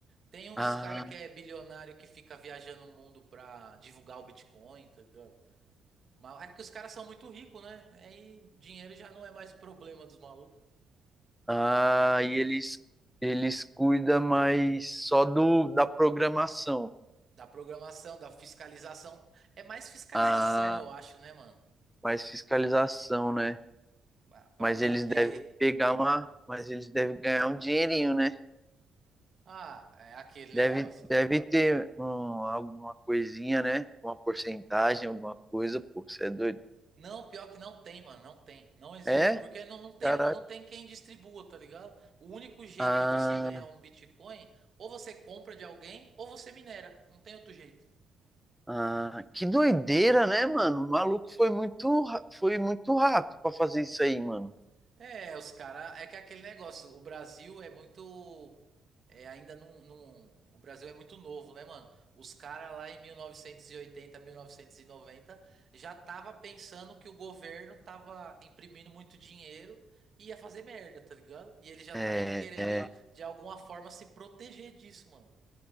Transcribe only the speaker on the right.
Tem uns
cara que é bilionário que fica viajando o mundo pra divulgar o Bitcoin, tá ligado? Mas é que os caras são muito ricos, né? Aí dinheiro já não é mais o problema dos malucos.
Da programação, da fiscalização. É mais fiscalização,
eu acho, né, mano?
Pra pra
manter.
Ah, é aquele
negócio.
Não, pior que não tem, mano, não tem, não existe,
porque não, não tem,
não tem quem distribua, tá ligado? O único jeito
de você ganhar um Bitcoin, ou você compra de alguém, ou você minera, não tem outro jeito.
É, os caras. É que é aquele negócio. O Brasil é muito. É, ainda não, não. O Brasil é muito novo, né, mano? Os caras lá em mil mil novecentos novecentos e oitenta, mil novecentos e noventa, já tava pensando que o governo tava imprimindo muito dinheiro e ia fazer merda, tá ligado? E eles já estavam
querendo,
de alguma forma, se proteger disso, mano.